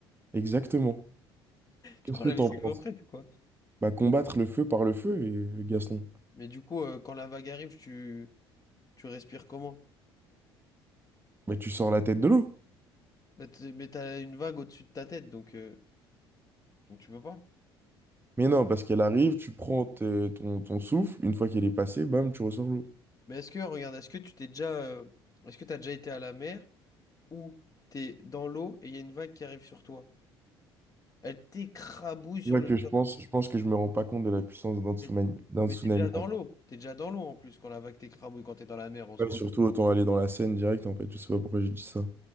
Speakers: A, on the right; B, on the left.
A: Exactement.
B: Tu
A: Qu'est-ce
B: crois
A: que
B: la
A: t'en
B: vie c'est
A: penses?
B: gaufrette, quoi.
A: Bah, combattre le feu par le feu, euh, Gaston.
B: Mais du coup, euh, quand la vague arrive, tu, tu respires comment?
A: Bah, tu sors la tête de l'eau.
B: Bah, t'es- Mais t'as une vague au-dessus de ta tête, donc, euh, donc tu peux pas.
A: Mais non, parce qu'elle arrive, tu prends te- ton, ton souffle, une fois qu'elle est passée, bam, tu ressors l'eau.
B: Mais est-ce que, regarde, est-ce que tu t'es déjà, euh, est-ce que t'as déjà été à la mer? où t'es dans l'eau et il y a une vague qui arrive sur toi. Elle t'écrabouille sur
A: C'est là
B: le
A: que je
B: sol.
A: pense, je pense que je me rends pas compte de la puissance d'un tsunami,
B: Mais,
A: d'un
B: mais
A: tsunami.
B: t'es déjà dans
A: en vrai.
B: l'eau. T'es déjà dans l'eau en plus quand la vague t'écrabouille, quand t'es dans la mer en soi.
A: Ouais, surtout autant aller dans la Seine direct, en fait, je sais pas pourquoi j'ai dit ça.